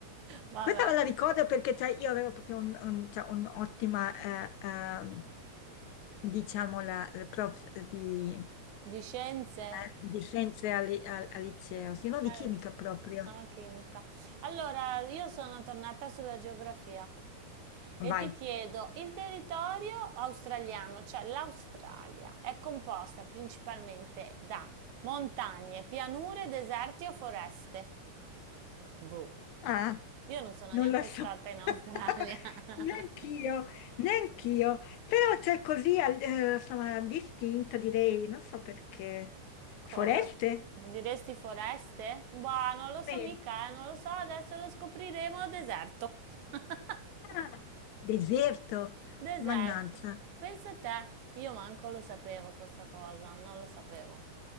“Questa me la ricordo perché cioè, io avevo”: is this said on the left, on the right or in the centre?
Left